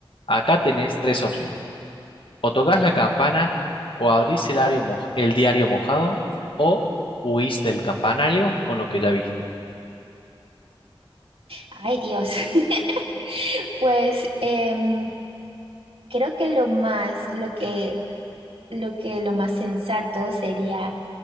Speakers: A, on the left; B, on the right.
A: Acá tenés tres opciones. O tocas la campana, o abrís el diario, moj- el diario mojado, o huís del campanario con lo que ya viste.
B: Ay, Dios. <laughs> Pues em, creo que lo más, lo que, lo que lo más sensato sería